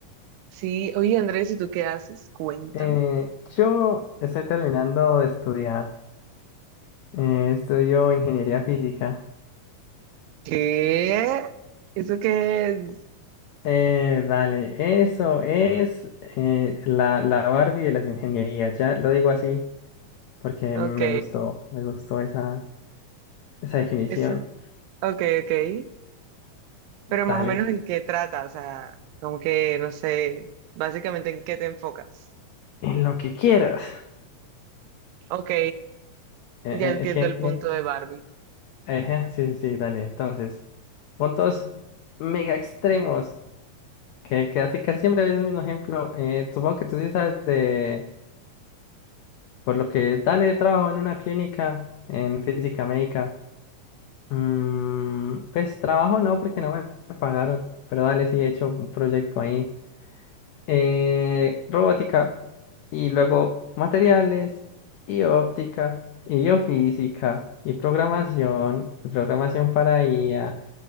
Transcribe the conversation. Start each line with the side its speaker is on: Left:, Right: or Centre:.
Right: Sí, oye, Andrés, ¿y tú qué haces? Cuéntame.
Left: Eh, yo estoy terminando de estudiar. Eh, estudio ingeniería física.
Right: ¿Qué? ¿Eso qué es?
Left: Eh, dale, eso es eh, la, la Barbie de las ingenierías. Ya lo digo así porque
Right: Ok.
Left: me gustó, me gustó esa, esa definición.
Right: Eso, ok, ok. Pero más
Left: Dale,
Right: o menos en qué trata, o sea, como que, no sé, básicamente en qué te enfocas.
Left: en lo que quieras.
Right: Ok.
Left: Eh,
Right: Ya entiendo
Left: eh, gen-
Right: el punto de Barbie.
Left: Ejé, sí, sí, sí, dale. Entonces, puntos mega extremos, que, que así casi siempre habéis el mismo ejemplo. Eh, supongo que tú sí sabes de, por lo que dale trabajo en una clínica en física médica. Mm, pues trabajo no, porque no me pagaron, pero dale, sí he hecho un proyecto ahí. Eh, robótica, y luego materiales, y óptica, y biofísica, y programación, y programación para IA